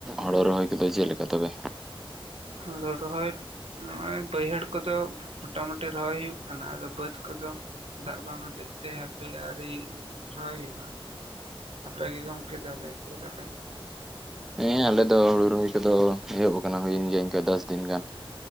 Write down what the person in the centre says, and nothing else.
ᱦᱳᱲᱳ ᱨᱚᱦᱚᱭ ᱠᱚᱫᱚ ᱪᱮᱫ ᱞᱮᱠᱟ ᱛᱚᱵᱮ?
ᱦᱮᱸ ᱟᱞᱮ ᱫᱚ ᱦᱳᱲᱳ ᱨᱚᱦᱚᱭ ᱠᱚᱫᱚ ᱮᱦᱚᱵ ᱟᱠᱟᱱᱟ ᱦᱩᱭᱮᱱ ᱜᱮᱭᱟ ᱮᱱᱠᱟᱹ ᱫᱚᱥ ᱫᱤᱱ ᱜᱟᱱ ᱾